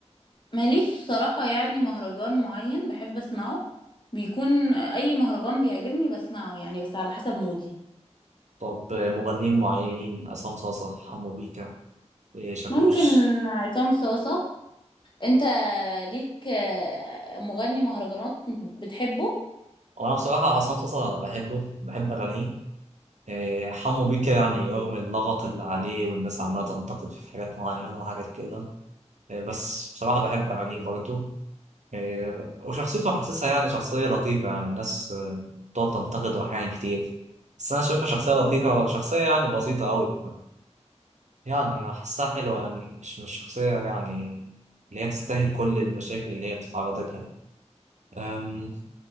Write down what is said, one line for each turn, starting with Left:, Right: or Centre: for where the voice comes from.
Left: ماليش صراحة يعني مهرجان معين بحب اسمعه بيكون اي مهرجان بيعجبني بسمعه يعني بس على حسب مودي
Right: طب آه، مغنيين معينين عصام صاصا حمو بيكا آه، شاكوش
Left: ممكن عصام صاصة انت ليك آه، مغني مهرجانات بتحبه
Right: وانا بصراحه عصام صاصا بحبه بحب اغانيه آه، حمو بيكا يعني رغم اللغط اللي عليه والناس عماله تنتقد في حاجات معينه وحاجات كده آه، بس بصراحه بحب اغانيه برضه إيه، وشخصيته حاسسها يعني شخصية لطيفة يعني الناس آه، بتقعد تنتقده أحيان كتير بس أنا شايفها شخصية لطيفة شخصية يعني بسيطة أوي ف... يعني أحسها حلوة يعني مش مش شخصية يعني اللي هي تستاهل كل المشاكل اللي هي بتتعرض لها دي أم...